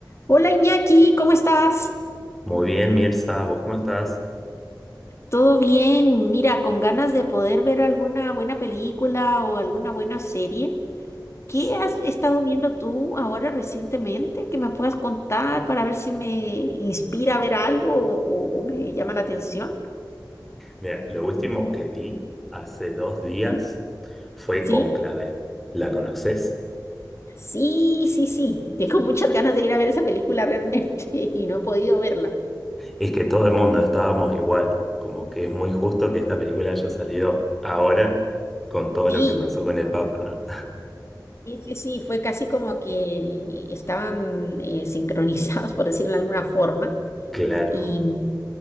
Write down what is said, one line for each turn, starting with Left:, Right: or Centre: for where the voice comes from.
Left: Hola Iñaki, ¿cómo estás?
Centre: Muy bien, Mirza, ¿vos cómo estás?
Left: ¿Todo bien? Mira, con ganas de poder ver alguna buena película o alguna buena serie. ¿Qué
Centre: Sí.
Left: has estado viendo tú ahora recientemente que me puedas contar para ver si me inspira a ver algo o, o me llama la atención?
Centre: Mira, lo último que vi hace dos días
Left: ¿Sí?
Centre: fue
Left: ¿Sí?
Centre: Cónclave. ¿La conoces?
Left: Sí, sí, sí. Tengo muchas ganas de ir a ver esa película realmente <laughs> y no he podido verla.
Centre: Es que todo el mundo estábamos igual, como que es muy justo que esta película haya salido ahora con todo
Left: Sí,
Centre: lo que pasó con el Papa.
Left: sí, sí, sí. Fue casi como que estaban eh, sincronizados, por decirlo de alguna forma.
Centre: <laughs> Claro.
Left: y